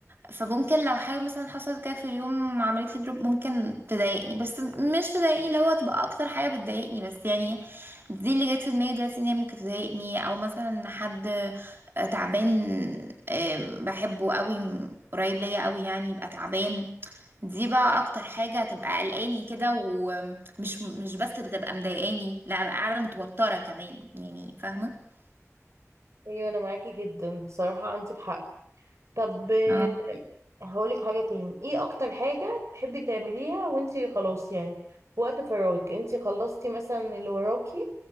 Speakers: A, on the right; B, on the right.
A: فممكن لو حاجة مثلا حصلت كده في اليوم عملت لي دروب ممكن تضايقني بس مش تضايقني اللي هو تبقى اكتر حاجة بتضايقني بس يعني دي اللي جت في دماغي دلوقتي ان هي ممكن تضايقني او مثلا حد آه، تعبان آم، بحبه قوي م- قريب ليا قوي يعني يبقى تعبان دي بقى اكتر حاجة هتبقى قلقاني كده ومش مش بس بتبقى مضايقاني لا بقى قاعدة متوترة كمان يعني فاهمة
B: ايوه انا معاكي جدا صراحة عندك حق طب آه،
A: اه
B: هقولك حاجة تاني ايه اكتر حاجة بتحبي تعمليها وانتي خلاص يعني في وقت فراغك انتي خلصتي مثلا اللي وراكي